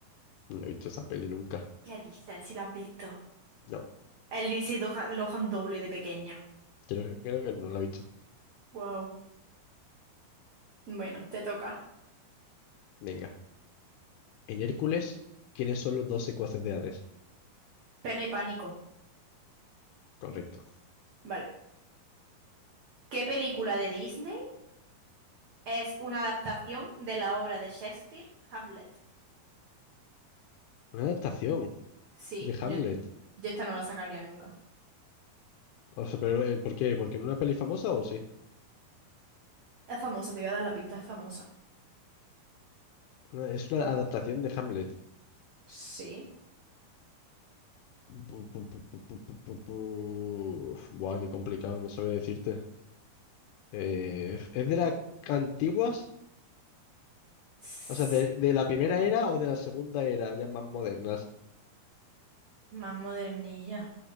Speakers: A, on the left; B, on the right.
A: No he visto esa peli nunca.
B: ¿Qué dices si la has visto?
A: No,
B: El Lindsay Doha- Lohan doble de pequeña.
A: creo, creo que no la he visto.
B: Wow. Bueno, te toca.
A: Venga. En Hércules, ¿quiénes son los dos secuaces de Hades?
B: Pena y pánico.
A: Correcto.
B: Vale. ¿Qué película de Disney es una adaptación de la obra de Shakespeare, Hamlet?
A: Una adaptación
B: Sí,
A: de
B: yo,
A: Hamlet.
B: yo esta no la sacaría nunca.
A: O sea, pero eh, ¿por qué? ¿Porque en una peli famosa o sí?
B: Es famosa, te voy a dar la pista, es famosa.
A: Una- es una adaptación de Hamlet.
B: Sí.
A: Bu- bu- bu- bu- bu- bu- bu- bu- Buah, qué complicado, no sabe decirte. Eh, ¿es de las antiguas?
B: Tss,
A: O sea, de, de la primera era o de la segunda era, ya más modernas,
B: Más modernilla.